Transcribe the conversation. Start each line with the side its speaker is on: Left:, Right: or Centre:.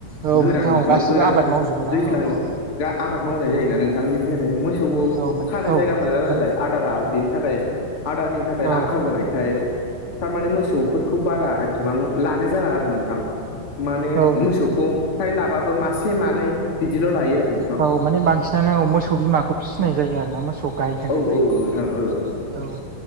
Right: औ
Left: गोरान
Right: नोंथां औ गासिबो
Left: मा गोरान
Right: आबाद मावजोबो ना
Left: दैज्लाङाव
Right: औ औ
Left: दा आबाद मावनाय जायोना नोंथां बिनि थाखायनो मोसौखौ
Right: औ माने
Left: खानो
Right: औ
Left: जायगा मोनला नालाय
Right: माने
Left: आदारा बेनि थाखाय आदारनि थाखाय
Right: औ
Left: आंखाल जानायखाय थारमाने मोसौफोरखौ बारा एथबां लानाय जाला आरो नोंथां माने
Right: औ नोंथां
Left: मोसौखौ फ्राय लाबाबो मासे मानै बिदिल लायो आरो नोंथां
Right: औ औ माने बांसिनानो मोसौ बिमाखौ फिसिनाय जायो आरो ना मोसौ गाय होनो
Left: औ
Right: जायखौ
Left: औ नोंथां औ
Right: औ